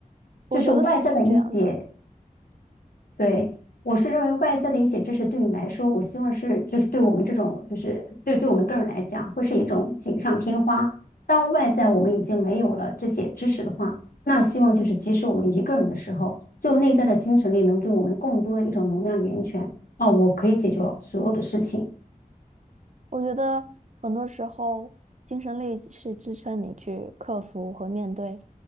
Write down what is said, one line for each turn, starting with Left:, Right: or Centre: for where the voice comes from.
Right: 我觉得是是这样的。
Left: 就是外在的一些对，我是认为外在的一些支持对你来说，我希望是就是对我们这种就是对对我们个人来讲，会是一种锦上添花。当外在我们已经没有了这些支持的话，那希望就是即使我们一个人的时候，就内在的精神力能给我们更多的一种能量源泉。哦，我可以解决所有的事情，
Right: 我觉得很多时候，精神力是支撑你去克服和面对